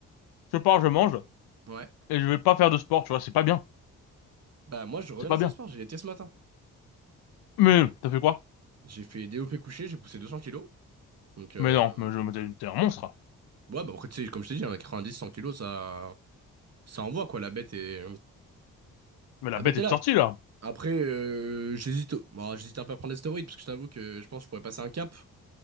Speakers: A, on the left (about 75°); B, on the right (about 40°).
A: je pars, je mange
B: Ouais.
A: et je vais pas faire de sport. Tu vois, c'est pas bien,
B: Bah, moi, je reviens
A: c'est
B: de
A: pas
B: la
A: bien.
B: salle de sport, j'ai été ce matin.
A: Mais t'as fait quoi?
B: J'ai fait DOP couché, j'ai poussé 200 kilos. Donc, euh,
A: Mais non, mais je mais t'es un monstre.
B: ouais, bah, après, tu sais, comme je t'ai dit, hein, 90-100 kilos, ça, ça envoie, quoi. La bête est,
A: Mais la
B: la
A: bête
B: bête
A: est
B: est là.
A: sortie là.
B: Après, euh, j'hésite, bon, j'hésite un peu à prendre des stéroïdes parce que je t'avoue que je pense que je pourrais passer un cap.